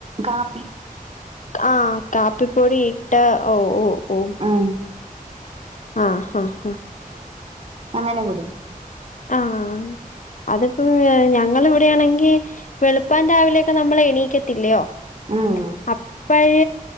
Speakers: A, on the right; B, on the left.
A: കാപ്പി
B: ആഹ് കാപ്പിപ്പൊടി ഇട്ട ഓ ഓ ഓ
A: ആഹ്
B: ആഹ് ആഹ് ഹ
A: അങ്ങനെ കൂടിക്കും
B: ആഹ് അതിപ്പോം ഞങ്ങളിവിടെയാണെങ്കി വെളുപ്പൻ രാവിലെയൊക്കെ നമ്മള എണീക്കത്തില്ലയോ
A: ആഹ്
B: അപ്പഴ്‌